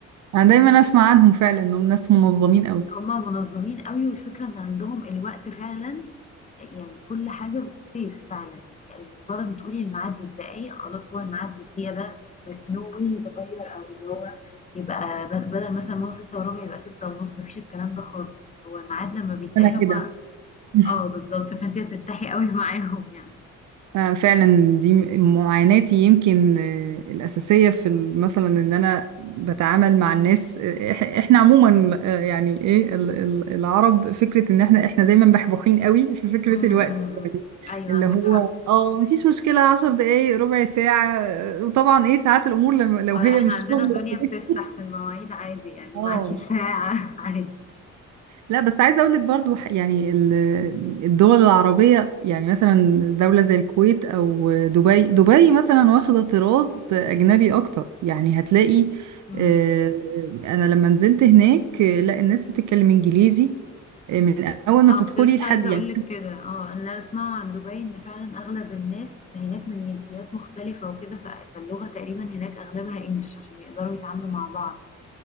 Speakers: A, on the right; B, on the left.
A: انا دايما اسمع عنهم فعلا انهم ناس منظمين قوي
B: هم منظمين أوي والفكرة إن عندهم الوقت فعلًا يعني كل حاجة سيف فعلا يعني مجرد ما تقولي الميعاد بالدقايق خلاص هو الميعاد بالدقيقة ده نو واي يتغير أو اللي هو يبقى ب- بدل مثلا ما هو ستة وربع يبقى ستة ونص مفيش الكلام ده خالص هو الميعاد لما بيتقال
A: انا
B: هما
A: كده <laughs>
B: اه بالظبط فانت هتتحي قوي <laughs> معاهم يعني
A: آه، فعلا دي معاناتي يمكن آه، الأساسية في ال- مثلا إن أنا بتعامل مع الناس آه، إح- إحنا عموما آه، يعني إيه ال- ال- العرب فكرة إن إحنا إحنا دايما بحبوحين قوي في فكرة
B: امم
A: الوقت
B: ايوه
A: اللي
B: عندك
A: هو
B: حق
A: اه مفيش مشكلة عشر دقايق ربع ساعة آه، وطبعا ايه ساعات الأمور لما لو
B: اه
A: هي
B: لا احنا
A: مش
B: عندنا
A: شغل ولا
B: الدنيا بتفتح
A: كده
B: في المواعيد عادي يعني
A: اه
B: معاكي ساعة <laughs> عادي
A: لا بس عايزة أقول لك برضو ح- يعني ال- الدول العربية يعني مثلا دولة زي الكويت أو دبي دبي مثلا واخدة طراز أجنبي أكتر يعني هتلاقي
B: مم.
A: آه، أنا لما نزلت هناك آه، لا الناس بتتكلم إنجليزي آه، من اول ما
B: اه
A: بتدخلي
B: كنت لسه
A: لحد
B: عايزه
A: يعني
B: اقول لك كده اه اللي انا اسمعه عن دبي ان فعلا اغلب الناس هناك من جنسيات مختلفه وكده ف- فاللغه تقريبا هناك اغلبها انجلش عشان يقدروا يتعاملوا مع بعض